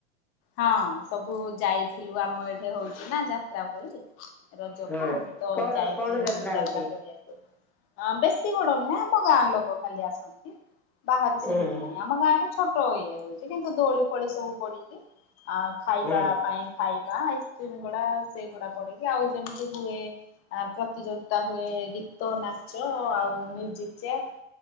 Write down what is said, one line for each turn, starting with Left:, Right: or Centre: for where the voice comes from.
Left: ହଁ ସବୁ ଯାଇଥିଲୁ ଆମ ଏଠି ହୋଉଚି ନା ଯା ତ୍ରା ଭଳି ରଜକୁ
Centre: ହଁ
Left: ତ
Centre: କଣ
Left: ଯାଇଥିଲୁ
Centre: କଣ ହଉଛି?
Left: ଯାତ୍ରା ପଡିଆକୁ। ଅଁ ବେଶୀ ବଡ ନୁହଁ ମା ଗାଁ ଲୋକ ଖାଲି ଆସନ୍ତି ବାହାରୁ ସେମତି
Centre: ଓହୋ
Left: ନାଇଁ ଆମ ଗାଁରେ ଛୋ ଇଏ ହୋଉଚି କିନ୍ତୁ ଦୋଳି ଫୋଳି ସବୁ ପଡିଚି ଆ ଖାଇବା
Centre: ହଁ
Left: ପାଇଁ ଖାଇ ବା ଆଇସକ୍ରିମ୍ ଗୁଡା ସେଇଗୁଡା ପଡିକି ଆଉ ଯେମିତି ହୁଏ ପ୍ରତିଯୋଗିତା ହୁଏ ଗୀ ଗୀତ, ନାଚ ଆଉ ମ୍ୟୁଜିକ୍ ଚେୟାର୍